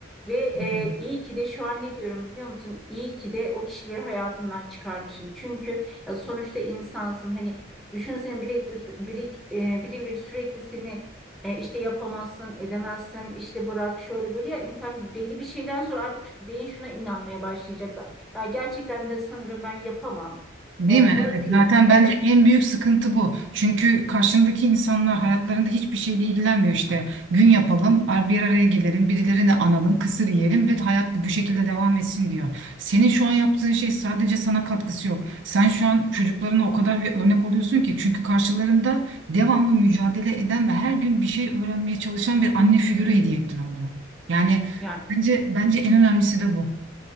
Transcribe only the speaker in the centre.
Ve
e, iyi ki de şu an ne diyorum biliyor musun? İyi ki de o kişileri hayatımdan çıkarmışım. Çünkü ya sonuçta insansın. Hani düşünsene biri, biri, e, birileri sürekli seni e, işte yapamazsın, edemezsin, işte bırak şöyle böyle ya insan belli bir şeyden sonra artık beyin şuna inanmaya başlayacak da. Ya gerçekten de sanırım ben yapamam.
E,
bırakayım.
Evet.
Yani